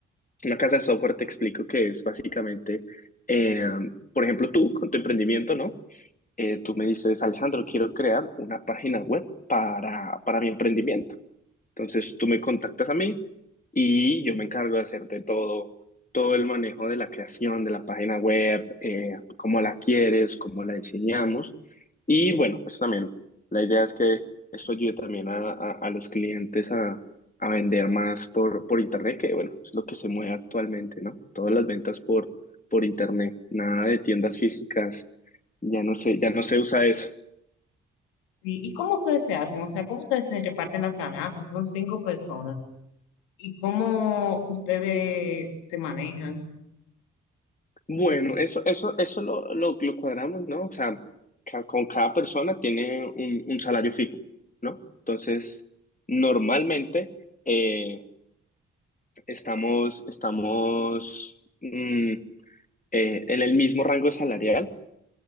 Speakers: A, on the left (about 25°); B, on the left (about 85°).
A: Una casa de software te explico que es básicamente, eh, por ejemplo, tú con tu emprendimiento, ¿no? Eh, tú me dices, Alejandro, quiero crear una página web para, para mi emprendimiento entonces tú me contactas a mí y yo me encargo de hacerte todo, todo el manejo de la creación de la página web, eh, cómo la quieres, cómo la diseñamos. Y bueno, pues también la idea es que esto ayude también a, a- a los clientes a, a vender más por, por internet, que bueno, es lo que se mueve actualmente, ¿no? Todas las ventas por, por internet, nada de tiendas físicas, ya no sé, ya no se usa eso.
B: Sí, ¿Y cómo ustedes se hacen? O sea, ¿cómo ustedes se reparten las ganancias? Son cinco personas. ¿Y cómo ustedes se manejan?
A: Bueno, eso, eso, eso lo, lo, lo cuadramos, ¿no? O sea, ca- con cada persona tiene un, un salario fijo, ¿no? Entonces, normalmente eh, estamos, estamos mm, eh, en el mismo rango salarial,